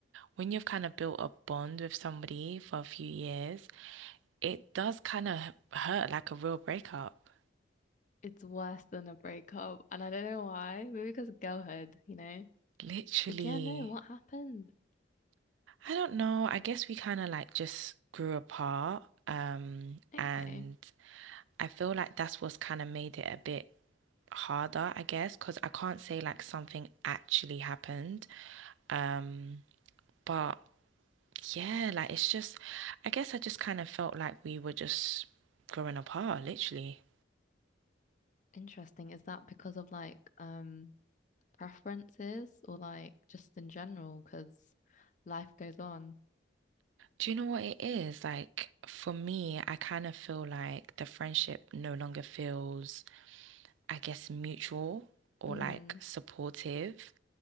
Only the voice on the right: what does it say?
when you've kind of built a bond with somebody for a few years. It does kind of hurt like a real breakup.
Literally.
I don't know. I guess we kind of like just grew apart. Um,
and I feel like that's what's kind of made it a bit harder, I guess, because I can't say like something actually happened. Um, but yeah, like it's just, I guess I just kind of felt like we were just growing apart, literally.
Do you know what it is? Like for me, I kind of feel like the friendship no longer feels, I guess, mutual or
like supportive.